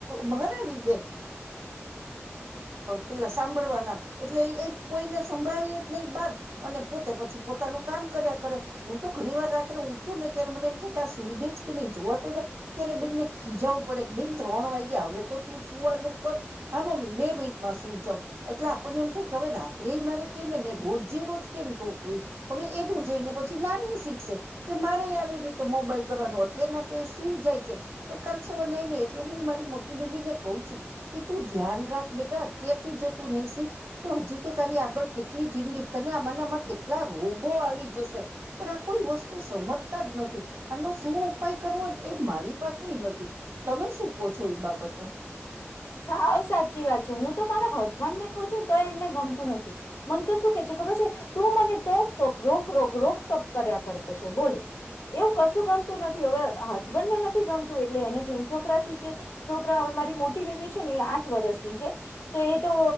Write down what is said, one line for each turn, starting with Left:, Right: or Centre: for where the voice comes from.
Right: ભરાવી દે. પેલા સાંભળવાના એટલે એ. કોઈને સંભળાવી જ નહી. બાર અને પોતે પછી પોતાનું કામ કર્યા કરે હું તો ઘણી વાર રાત્રે. ઉઠું ને ત્યારે મને એમ થાય કે, આ સ્ગ જ કે નહી જોવાતો જાય. ત્યારે બેનને ખીજાવું પડે બેન ત્રણ વાગે. હવે તો તું સુવાનું કર. હા મમ્મી બે મિનિટમાં સુઈ જાવ. એટલે આપણને એમ થાય કે હવે રા. ર મારે કે ને રોજે રોજ કેમ ટોકવી. હવે એનું જોઈને પછી નાની શીખશે. મારે આવી રીતે મોબાઈલ કરવાનું અત્યારના તો એ સુઈ જાય છે. પણ કાલ સવાર નઈ ન એટલે હું મારી. મો બેમીને કહ છું. કે તું ધ્યાન રાખ બેટા અત્યારથી જો તું નહી. શીખ તો હજી. તો તારી આગળ કેટલી જિંદગી. તને આમાંનામાં કેટલા રોગો આવી જશે. પણ આ કોઈ વસ્તુ. સમજતા જ નથી આનો શું ઉપાય કરવો એ મારી પાસે નથી તમે શું ક છો? બાબતે
Left: સા સાચી વાત છે, હું તો મારા હસબન્ડ ને કહ છું તો એમને ગમતું નથી મને તો શું કે છે ખબર છે તું મને ટોક ટોક રોક રોક રોક ટોક કર્યા કરે છે બોલો. એવું કશું ગમતું નથી હવે હસબન્ડ ને નથી ગમતું એટલે એને જોઈને છોકરા શીખે છોકરા હવે મારી મો મો બેબી છે, ને એ આઠ વર્ષની છે તો એ તો